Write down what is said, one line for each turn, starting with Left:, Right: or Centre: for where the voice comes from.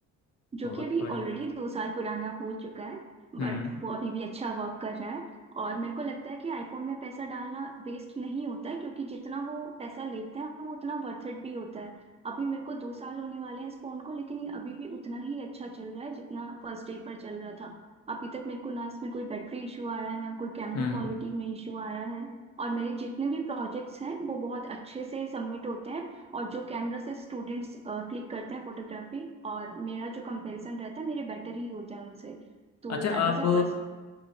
Right: जो
Left: बहुत
Right: कि अभी
Left: बढ़िया
Right: ऑलरेडी दो साल पुराना हो चुका है बट
Left: हम्म
Right: वो अभी भी अच्छा वर्क कर रहा है और मेरे को लगता है कि आईफोन में पैसा डालना वेस्ट नहीं होता है क्योंकि जितना वो पैसा लेते हैं वो उतना वर्थ इट भी होता है अभी मेरे को दो साल होने वाले हैं इस फोन को लेकिन ये अभी भी उतना ही अच्छा चल रहा है जितना फर्स्ट डे पर चल रहा था अभी तक मेरे को ना इसमें कोई बैटरी इशू आया है ना कोई कैमरा
Left: हम्म
Right: क्वालिटी में इशू आया है और मेरे जितने भी प्रोजेक्ट्स हैं वो बहुत अच्छे से सबमिट होते हैं और जो कैमरा से स्टूडेंट्स क्लिक करते हैं फोटोग्राफी और मेरा जो कंपैरिजन रहता है मेरे बेटर ही होते हैं उनसे तो
Left: अच्छा
Right: दैट
Left: आप
Right: इज अ प्लस